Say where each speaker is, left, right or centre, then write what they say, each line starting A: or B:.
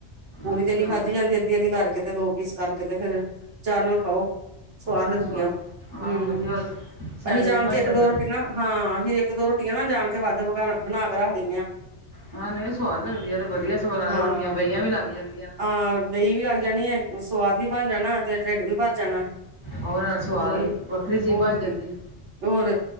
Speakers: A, on the right; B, on the right.
A: ਪੂਰੀ
B: ਅੱਛਾ
A: ਤੇ ਨੀ ਖਾਧੀ
B: ਅੱਛਾ
A: ਜਾਂਦੀ ਅੱਧੀ-ਅੱਧੀ ਕਰਕੇ ਤੇ ਪੀਸ ਕਰਕੇ ਤੇ ਫੇਰ ਚਾਹ ਨਾਲ ਖਾਓ ਸਵਾਦ
B: ਆਹ
A: ਲੱਗਦੀ ਆ ਓ
B: ਹਾਂ
A: ਹਮ
B: ਵਧੀਆ ਸੈਂਡਵਿਚ
A: ਅਸੀਂ ਜਾਣ
B: ਬਣ
A: ਕੇ ਇੱਕ
B: ਜਾਂਦਾ
A: ਦੋ ਰੋਟੀ ਨਾ ਹਾਂ ਅਸੀਂ ਇੱਕ ਦੋ ਰੋਟੀਆਂ ਨਾ ਜਾਣ ਕੇ ਵੱਧ ਬਣਾ ਕੇ ਰੱਖ ਦਿੰਦੇ ਆ
B: ਹਾਂ ਨਹੀਂ ਉਹ ਸਵਾਦ ਲੱਗਦੀ ਐ ਤੇ ਵਧੀਆ ਸਗੋ
A: ਹਾਂ
B: ਰੋਟੀਆਂ ਬੇਹੀਆਂ ਵੀ ਲੱਗ ਜਾਂਦੀਆਂ ਨਾ
A: ਹਾਂ ਦਹੀਂ ਵੀ ਲੱਗ ਜਾਣੀ ਆ, ਸਵਾਦ ਵੀ ਬਣ ਜਾਣਾ, ਪ੍ਰਧਾਨ ਤੇ ਢਿੱਡ ਵੀ ਭਰ ਜਾਣਾ
B: ਉਹ ਨਾਲ ਸੁਆਦ
A: ਉਹੀ
B: ਵੱਖਰੀ ਚੀਜ਼
A: ਹੋਰ
B: ਬਣ ਜਾਂਦੀ
A: ਕੀ ਹੋਰ